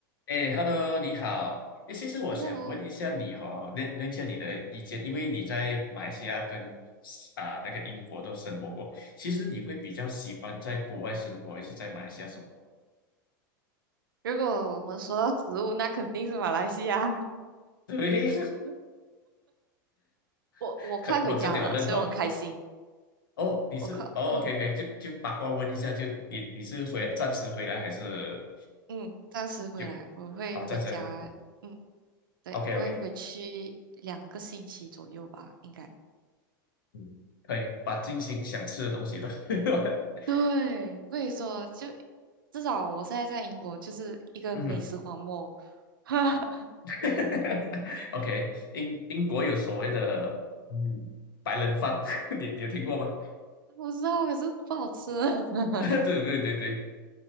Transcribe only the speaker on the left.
哎，Hello，你好。哎，其实我想问一下你哦，
问问一下你的意见，因为你在马来西亚跟啊、那个英国都生活过，其实你会比较喜欢在国外生活，还是在马来西亚生活？
对，
<laughs> 可我这点我认同。
哦，你是哦，OK
OK，就就八卦问一下，就你你是回来暂时回来还是
就
哦暂时
？OK
OK，
嗯，可以把进行想吃的东西都 <laughs>
嗯
<laughs> OK，英英国有所谓的嗯白人饭，<laughs> 你你有听过吗？
<laughs> 对对对对，